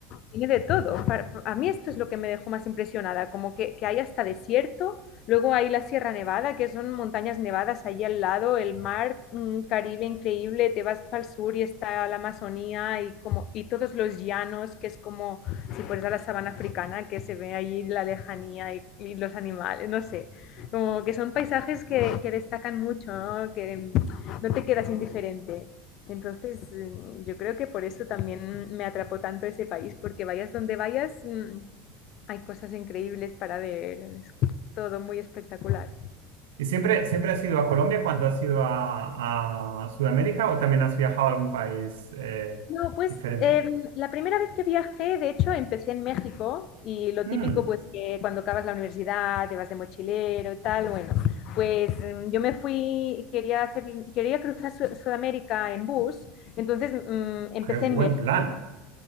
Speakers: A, on the left (about 55°); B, on the right (about 85°).
A: Tiene de todo. Pa- pa- A mí esto es lo que me dejó más impresionada, como que, que hay hasta desierto, luego hay la Sierra Nevada, que son montañas nevadas allí al lado, el mar, un Caribe increíble, te vas para el sur y está la Amazonía y, como, y todos los llanos, que es como si fueras a la sabana africana, que se ve allí la lejanía y, y los animales, no sé, como que son paisajes que, que destacan mucho, ¿no? Que mm, no te quedas indiferente. Entonces, mm, yo creo que por eso también me atrapó tanto ese país, porque vayas donde vayas, mm, hay cosas increíbles para ver, es todo muy espectacular.
B: ¿Y siempre, siempre has ido a Colombia cuando has ido a, a Sudamérica o también has viajado a algún país eh,
A: No, pues
B: diferente?
A: em, la primera vez que viajé, de hecho, empecé en México y lo
B: Mm,
A: típico, pues que cuando acabas la universidad, te vas de mochilero, tal, bueno, pues em, yo me fui, quería hacer, quería cruzar Su- Sudamérica en bus, entonces mm, empecé
B: qué
A: en
B: buen
A: México
B: plan.